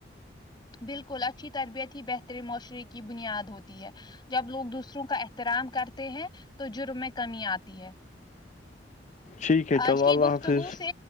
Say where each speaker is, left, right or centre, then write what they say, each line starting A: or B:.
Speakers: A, on the left; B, on the left.
A: بالکل اچھی تربیت ہی بہتری معاشرے کی بنیاد ہوتی ہے جب لوگ دوسروں کا احترام کرتے ہیں تو جرم میں کمی آتی ہے
B: ٹھیک ہے
A: آج
B: چلو
A: کی
B: اللہ
A: گفتگو
B: حافظ
A: سے